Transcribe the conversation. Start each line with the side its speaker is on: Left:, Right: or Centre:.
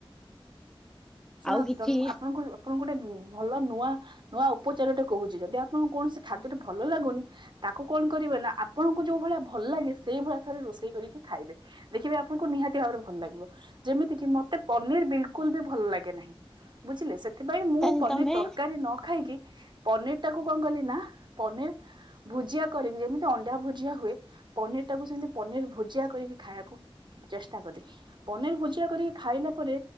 Right: ଶୁଣନ୍ତୁ
Centre: ଆଉ କିଛି
Right: ତମ ମୁଁ ଆପଣଙ୍କୁ ଆପଣଙ୍କୁ ଗୋଟେ ଭଲ ନୂଆ ନୂଆ ଉପଚାରଟେ କହୁଛି ଯଦି ଆପଣଙ୍କୁ କୌଣସି ଖାଦ୍ୟଟେ ଭଲ ଲାଗୁନି ତାକୁ କଣ କରିବେ ନା ଆପଣଙ୍କୁ ଯୋଉ ଭଳିଆ ଭଲ ଲାଗେ ସେଇଭଳିଆ ଥରେ ରୋଷେଇ କରିକି ଖାଇବେ। ଦେଖିବେ ଆପଣଙ୍କୁ ନିହାତି ଭାବରେ ଭଲ ଲାଗିବ। ଯେମିତି କିି ମତେ ପନିର ବିଲକୁଲ ବି ଭଲ ଲାଗେ ନାହିଁ। ବୁଝିଲେ ସେଥିପାଇଁ
Centre: ତାହେଲେ
Right: ମୁଁ ପନିର
Centre: ତମେ
Right: ତରକାରୀ ନ ଖାଇକି ପନିର ଟାକୁ କଣ କଲି ନା ପନିର ଭୁଜିଆ କରିକି ଯେମିତି ଅଣ୍ଡା ଭୁଜିଆ ହୁଏ ପନିର ଟାକୁ ସେମିତି ପନିର ଭୋଜିଆ କରିକି ଖାଇବାକୁ ଚେଷ୍ଟା କଲି। ପନିର ଭୁଜିଆ କରିକି ଖାଇଲା ପରେ